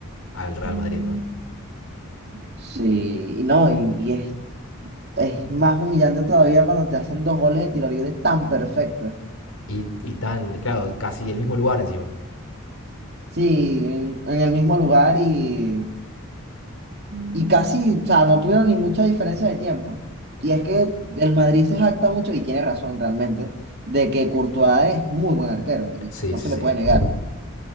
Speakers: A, on the left; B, on the right.
A: al Real
B: Mm.
A: Madrid, ¿no?
B: Sí, y no, y, y es, es más humillante todavía cuando te hacen dos goles de tiro libre tan perfectos.
A: Y, y tan, claro, casi el mismo lugar encima.
B: Sí, en, en el mismo lugar y Y casi, o sea, no tuvieron ni mucha diferencia de tiempo. Y es que el Madrid se jacta mucho, y tiene razón realmente, de que Courtois es muy buen arquero, y
A: Sí,
B: no
A: sí,
B: se le
A: sí.
B: puede negar.